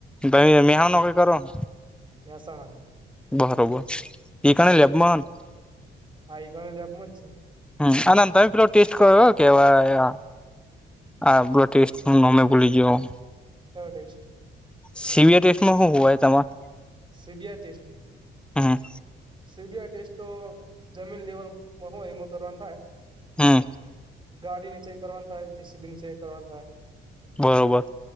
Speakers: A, in the centre; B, on the right.
A: ભાઈ અમે આ નોકરી કરું
B: મેહસાણા
A: બરોબર એ કને લેબમાં
B: આ એકાણા લેબમાં જ છે
A: હમ આ અને તમે પેલો ટેસ્ટ કયરો કેવાયા આ બ્લોડ ટેસ્ટ નમે ભૂલી ગીયો
B: કયો test
A: C B I test માં હું હોય તેમાં
B: સી બી આઈ ટેસ્ટમાં
A: હાં
B: સી બી આઈ ટેસ્ટ તો જમીન લેવલમાં હોય એમાં કરવાનું થાય
A: હમ
B: ગાડી નીચે કરવાની થાય જીસીબી નીચે કરવાની થાય
A: બરોબર.